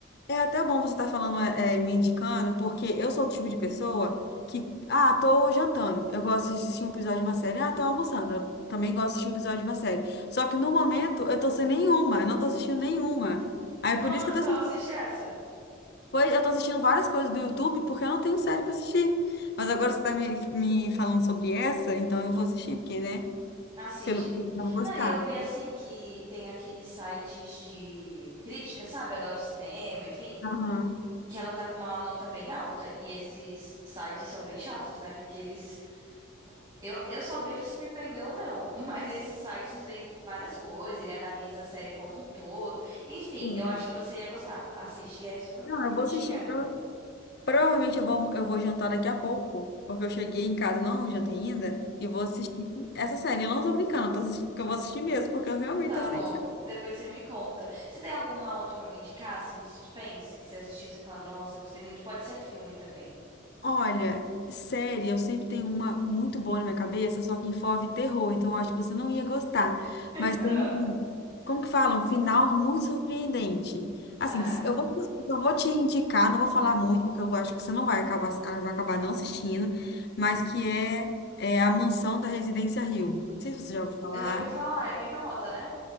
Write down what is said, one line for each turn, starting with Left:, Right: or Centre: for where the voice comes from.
Left: É até bom você estar falando, é, é, me indicando, porque eu sou o tipo de pessoa que, ah, tô jantando, eu gosto de assistir um episódio de uma série, ah, tô almoçando, eu também gosto de assistir um episódio de uma série. Só que no momento eu tô sem nenhuma, eu não tô assistindo nenhuma. Aí
Right: Nossa,
Left: por isso que eu
Right: então
Left: tô assistindo,
Right: assiste essa.
Left: eu tô assistindo várias coisas do YouTube porque eu não tenho série pra assistir. Mas agora você tá me, me falando sobre essa, então eu vou assistir, porque, né,
Right: Assiste.
Left: pelo que eu tô vou gostar.
Right: Não, e eu vi assim que tem aqueles sites de crítica, sabe? Adoro cinema, enfim.
Left: Aham,
Right: Que ela tá com uma nota bem alta. E esses sites são bem chatos, né? Porque eles. Eu, eu só vejo se me prendeu ou não. <laughs> Mas esses sites veem várias coisas. Ele analisa a série como um todo. Enfim,
Left: sim.
Right: eu acho que você ia gostar. Assiste. E é super
Left: Não,
Right: curtinha.
Left: eu vou assistir, Provavelmente eu vou, eu vou jantar daqui a pouco, porque eu cheguei em casa e não jantei ainda, e vou assistir essa série. Eu não tô brincando, eu, tô assisti- que eu vou assistir mesmo, porque eu realmente
Right: Tá
Left: tô
Right: bom.
Left: sem
Right: Depois você me conta. Você tem alguma outra pra me indicar, assim, de suspense? Que você assistiu e você fala, nossa, gostei muito. Pode ser filme também.
Left: Olha, série, eu sempre tenho uma muito boa na minha cabeça, só que envolve terror, então eu acho que você não ia gostar.
Right: <laughs>
Left: Mas tem um, como que fala? Um final muito surpreendente. Assim,
Right: Tá.
Left: se- eu vou, eu só vou te indicar, não vou falar muito, porque eu acho que você não vai acabar, ah, vai acabar não assistindo, mas que é, é A Mansão da Residência Hill. Não sei se você já ouviu falar.
Right: Eu já vi falar, é bem famosa, né?